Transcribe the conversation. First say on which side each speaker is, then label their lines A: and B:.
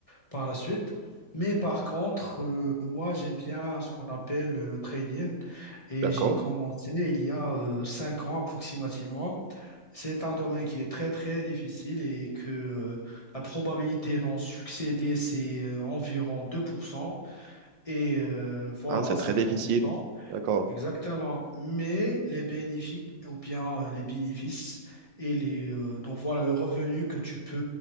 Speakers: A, on the left; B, on the right.
A: par la suite. Mais par contre, euh, moi, j'aime bien ce qu'on appelle le, le trading et
B: D'accord.
A: j'ai commencé il y a euh, cinq ans approximativement. C'est un domaine qui est très très difficile et que euh, la probabilité d'en succéder, c'est euh, environ 2%. Et euh, voilà,
B: Ah, c'est
A: ça
B: très
A: prend
B: difficile.
A: du temps.
B: D'accord.
A: Exactement. Mais les bénéfices, ou bien euh, les bénéfices, et les, euh, donc voilà, le revenu que tu peux,